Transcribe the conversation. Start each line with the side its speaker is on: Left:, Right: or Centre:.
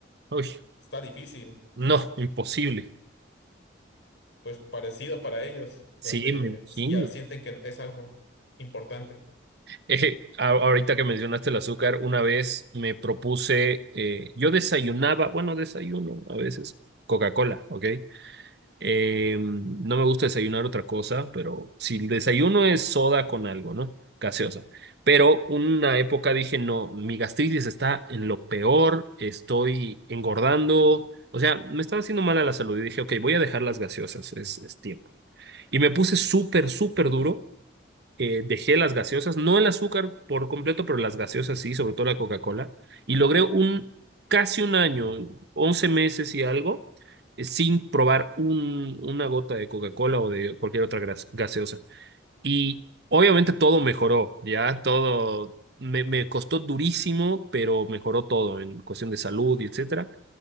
Right: Uy,
Left: está difícil,
Right: no, imposible.
Left: pues parecido para ellos,
Right: Sí,
Left: donde
Right: me imagino.
Left: ya sienten
Right: <laughs>
Left: que es algo importante.
Right: Eh, a- ahorita que mencionaste el azúcar, una vez me propuse, eh, yo desayunaba, bueno, desayuno a veces, Coca-Cola, ¿ok? Eh, no me gusta desayunar otra cosa, pero si el desayuno es soda con algo, ¿no? Gaseosa. Pero una época dije, no, mi gastritis está en lo peor, estoy engordando, o sea, me estaba haciendo mal a la salud y dije, ok, voy a dejar las gaseosas, es, es tiempo. Y me puse súper, súper duro eh, dejé las gaseosas, no el azúcar por completo, pero las gaseosas sí, sobre todo la Coca-Cola, y logré un casi un año, 11 meses y algo, eh, sin probar un, una gota de Coca-Cola o de cualquier otra gras- gaseosa. Y obviamente todo mejoró, ya todo me, me costó durísimo, pero mejoró todo en cuestión de salud y etcétera.